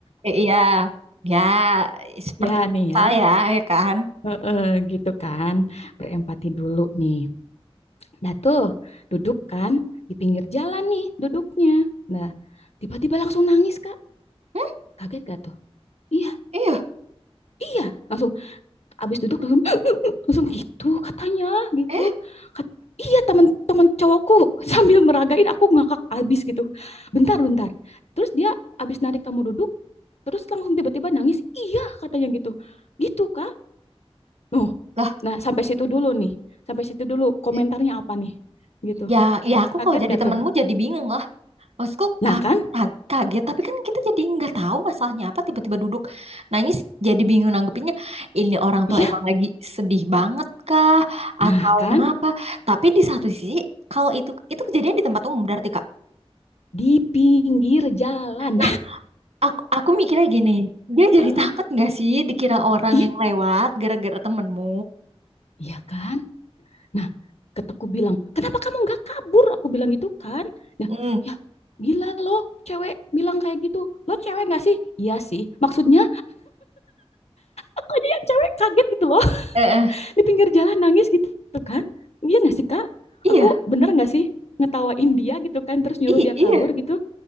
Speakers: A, on the right; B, on the left.
A: I- iya, ya seperti
B: <laughs> ya nih
A: saya
B: ya
A: ya kan?
B: Heeh, gitu kan, berempati dulu nih. Nah tuh, duduk kan di pinggir jalan nih duduknya. Nah, tiba-tiba langsung nangis, Kak.
A: Hmm,
B: Kaget gak tuh? Iya,
A: iya,
B: iya. Langsung abis duduk langsung <laughs> langsung gitu katanya gitu.
A: eh
B: Kat- iya teman-teman cowokku <laughs> sambil meragain aku ngakak abis gitu. Bentar, bentar. Terus dia abis narik kamu duduk, terus langsung tiba-tiba nangis. Iya katanya gitu. Gitu, Kak. Oh,
A: lah,
B: nah sampai situ dulu nih, sampai situ dulu komentarnya
A: eh,
B: apa nih, gitu.
A: ya, ya aku
B: Kaget
A: kalau jadi
B: gak
A: temenmu
B: tuh?
A: jadi bingung lah. Maksudku
B: Nah
A: ka-
B: kan,
A: ka- kaget, tapi kan kita jadi nggak tahu masalahnya apa, tiba-tiba duduk nangis, jadi bingung nanggepinnya. Ini orang
B: iya,
A: tuh emang lagi sedih banget kah? Atau
B: nah kan
A: kenapa? Tapi di satu sisi, kalau itu itu kejadian di tempat umum berarti Kak.
B: di pinggir jalan.
A: Nah, aku aku mikirnya gini, dia
B: <laughs>
A: jadi takut nggak sih dikira orang
B: Ih,
A: yang lewat gara-gara temenmu?
B: iya kan? Nah, keteku bilang, kenapa kamu nggak kabur? Aku bilang gitu kan. Ya,
A: Hmm.
B: ya gila loh, cewek bilang kayak gitu. Lo cewek nggak sih? Iya sih. Maksudnya, aku aja yang cewek kaget gitu loh. <laughs>
A: Eh, eh.
B: Di pinggir jalan nangis gitu kan. Iya nggak sih, Kak?
A: Iya,
B: Aku bener nggak sih? ngetawain dia gitu kan terus nyuruh
A: iya,
B: dia
A: iya.
B: kabur gitu